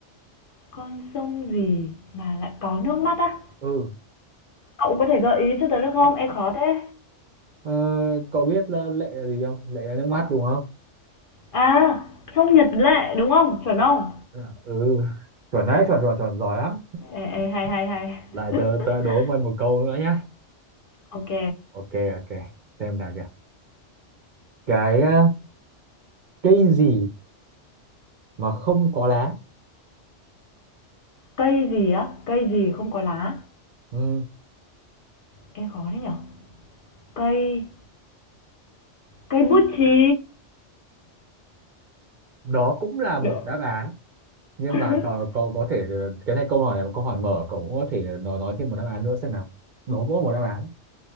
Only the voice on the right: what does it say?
ừ
ờ, cậu biết là lệ là gì không lệ là nước mắt đúng không
À, ừ chuẩn đấy chuẩn chuẩn chuẩn giỏi lắm
lại tớ
tớ đố mày một câu nữa nhá
ok ok xem nào nhỉ cái ờ, cây gì mà không có lá
ừ.
đó cũng là một
đáp án nhưng
mà cậu cậu có thể ờ, cái này câu hỏi này là một câu hỏi mở cậu cũng có thể nói nói thêm một đáp án nữa xem nào đó cũng có một đáp án